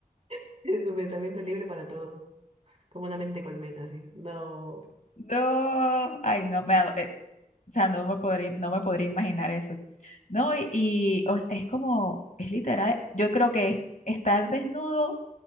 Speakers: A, on the right; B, on the left.
A: <laughs> su pensamiento libre para todos, como una mente colmena, así. No,
B: No, ay, no, me, da- eh, o sea, no me podría, no me podría imaginar eso. No, y, y, o sea, es como, es literal, yo creo que estar desnudo